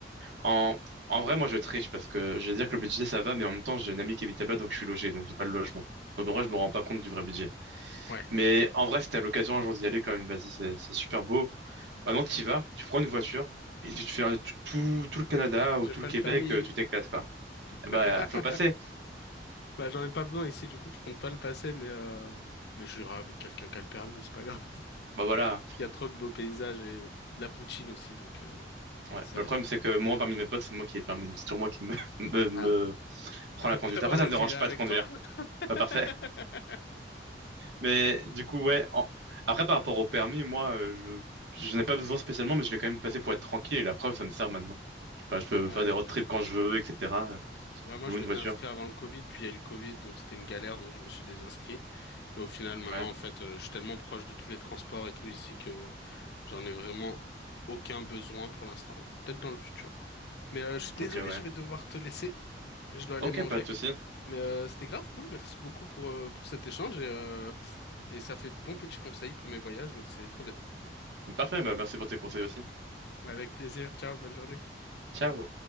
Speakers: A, on the right; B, on the left.
A: En... en vrai, moi, je triche parce que je vais dire que le budget, ça va, mais en même temps, j'ai une amie qui habite là-bas, donc je suis logé, donc j'ai pas le logement. Donc en vrai, je me rends pas compte du vrai budget.
B: Ouais.
A: Mais en vrai, si t'as l'occasion un jour d'y aller, quand même, vas-y, c'est c'est super beau. Maintenant, tu y vas, tu prends une voiture et tu te fais euh, tout, tout tout le Canada
B: J'ai
A: ou tout
B: pas
A: le Québec,
B: le permis.
A: euh, tu t'éclates, quoi. Eh ben,
B: <laughs>
A: faut le passer,
B: Bah, j'en ai pas besoin ici, du coup, je compte pas le passer, mais, euh, mais j'irai avec quelqu'un qui a le permis, c'est pas grave.
A: Bah voilà. pro-
B: Il y a trop de beaux paysages et de la poutine aussi, donc euh,
A: Ouais. Bah,
B: ça
A: le
B: va
A: problème,
B: être cool.
A: c'est que moi, parmi mes potes, c'est moi qui ai le permis. Donc, c'est toujours moi qui me, <laughs> me, me
B: Voilà,
A: prends
B: <laughs>
A: la conduite.
B: bah, voilà,
A: Après, ça me
B: j'irai
A: dérange
B: avec
A: pas de conduire.
B: toi. <laughs>
A: Pas parfait. Mais du coup, ouais. en- Après, par rapport au permis, moi, euh, je, je n'ai pas besoin spécialement, mais je l'ai quand même passé pour être tranquille. Et la preuve, ça me sert maintenant. Je sais pas, je peux
B: Ouais.
A: faire des road trips quand je veux, etc.
B: Ouais, moi,
A: Je
B: je
A: loue
B: m'étais
A: une voiture.
B: inscrit avant le Covid, puis il y a eu le Covid, donc c'était une galère, donc je me suis désinscrit. Et au final, maintenant,
A: Ouais.
B: en fait, euh, je suis tellement proche de tous les transports et tout ici que j'en ai vraiment aucun besoin pour l'instant. Peut-être dans le futur. Mais euh, je suis désolé,
A: Ok, ouais.
B: je vais devoir te laisser. Je dois aller
A: Ok,
B: manger.
A: pas de souci.
B: Mais euh, c'était grave cool. Merci beaucoup pour, euh, pour cet échange et, euh, et ça fait de bons petits conseils pour mes voyages, donc c'est trop bien.
A: Parfait. Bah, merci pour tes conseils aussi.
B: Avec plaisir. Ciao, bonne journée.
A: Ciao.